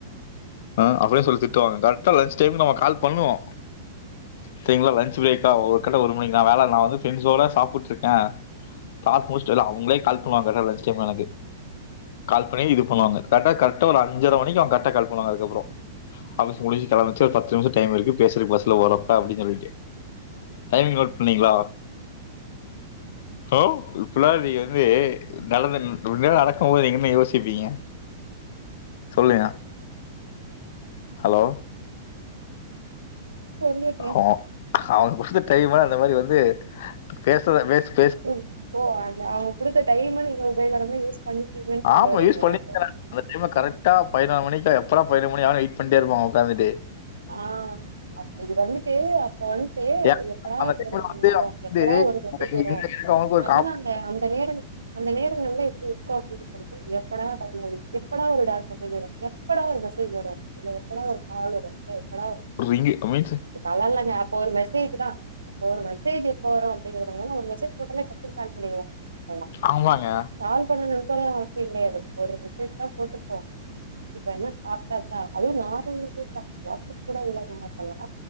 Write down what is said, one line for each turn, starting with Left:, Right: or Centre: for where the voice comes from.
Left: அ அப்டி சொல்லி திட்டுவாங்க கரெக்டா லஞ்ச் டைம் நம்ம கால் பண்ணுவோ சேரிங்களா லஞ்ச் பிரேக்கா ஒரு கட்ட ஒரு மணிக்கு நா வேல நா வந்து ஃப்ரெண்டஸோட சாப்புட்டு இருக்கே ஆல்மோஸ்ட் எல்லா அவங்களே கால் பண்ணுவாங்க கட்டா லஞ்ச் டைம் எனக்கு கால் பண்ணி இது பண்ணுவாங்க கரெக்டா கரெக்டா ஒரு அஞ்சர மணிக்கு அவங்க கரெக்டா கால் பண்ணுவாங்க அதுக்கப்புறோ ஆஃபிஸ் முடிச்சு கெளம்பச்ச ஒரு பத்து நிமிஷ டைம் இருக்கு பேசுறக்கு பஸ்ல போறப்ப அப்டி சொல்லிட்டு டைமிங் நோட் பண்ணீங்களா ஹலோ இப்பல்லா நீங்க வந்து நடந்து இந்த மாரி நடக்கும் போது நீங்க என்ன யோசிப்பீங்க சொல்லுங்க ஹலோ
Right: சொல்லுங்க
Left: ஹோ அவரு கொடுத்து இருந்த டைமா அந்த மாரி வந்து பேசற்த பேச்
Right: ம் ஓ அந்த அவங்க குடுத்த டைம நீங்க உபயோகரமா யூஸ் பண்ணிட்டீங்கன் சொல்ல
Left: ஆமா.
Right: வரீங்களா
Left: யூஸ் பண்ணியிருக்கேன்.
Right: இப்ப
Left: அந்த டைம்ல கரெக்டா பதினோரு மணிக்கு எப்படா பதினொரு மணி ஆகு வெயிட் பண்ணிட்டே இருப்பே அங்க உக்காந்துட்டு
Right: ஆ அப்ப இது வந்துட்டு அப்ப வந்ட்டு
Left: ஏன்
Right: எப்படா
Left: அந்த
Right: பதினொரு
Left: டைம்ல வந்து
Right: மணி ஆவு
Left: அவன் வந்து
Right: எப்படா ஒரு மெசேஜ் வரு
Left: எங்க- எனக்கு அவங்களுக்கு ஒரு
Right: அதுவு
Left: காம்பி
Right: அந்த அந்த நேரம் அந்த நேரங்கள்லா எப்டி இருக்கு அப்டின்னு சொல் எப்படா பதினொரு எப்படா ஒரு டாக் மெசேஜ் வரு எப்படா ஒரு மெசேஜ் வரு இல்ல எப்படா ஒரு கால் வரு இல்ல எப்படா வரு
Left: லிங்க அமைச்சு
Right: பரவால்லைங்க அப்ப ஒரு மெசேஜ் தா அப்போ ஒரு மெசேஜ் எப்போ வரு அப்டி கறாங்கன்ன ஒரு மெசேஜ் போட்டனா டக்குனு கால் பண்ணிடுவா டங்கா பண்ணிலாம்
Left: ஆமாங்க
Right: கால் பண்ணணு கூட அவசிய கெடையாது ஒரு மெசேஜ் தா போட்டுருப்போ இப்ப என்ன சாப்டா லா அது நார்மல் மெசேஜ் தா வாட்ஸ்அப் கூட இல்லங்க அப்பல்லா